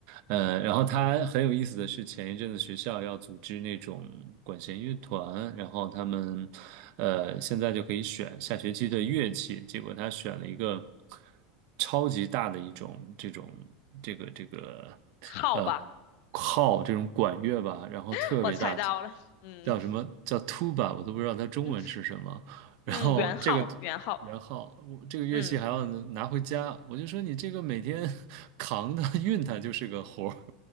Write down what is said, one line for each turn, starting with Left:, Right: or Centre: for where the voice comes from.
Right: 呃，然后他很有意思的是，前一阵子学校要组织那种管弦乐团，然后他们，呃，现在就可以选下学期的乐器，结果他选了一个超级大的一种这种这个这个，
Left: 号吧，
Right: 呃，号这种管乐吧，然后特别大，
Left: <laughs> 我猜到了，嗯
Right: 叫什么叫 tuba，我都不知道它中文是什么，
Left: 嗯 <laughs>
Right: 然后这个，
Left: 嗯，元号元号，
Right: 然后我这个乐器还要拿回家，
Left: 嗯，
Right: 我就说你这个每天 <laughs> 扛它运它就是个活儿，